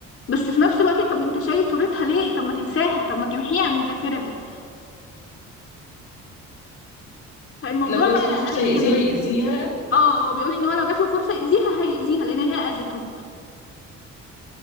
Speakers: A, on the left; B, on the left.
A: بس في نفس الوقت طب انت شايل صورتها ليه طب ما تنساها طب ما تمحيها من ذاكرتك فالموضوع
B: لو جات
A: ما
B: له الفرصه
A: قلقني
B: هيأذيها
A: منه
B: يأذيها
A: اه هو بيقول لي ان هو لو جات له فرصه يأذيها هيأذيها لان هي اذته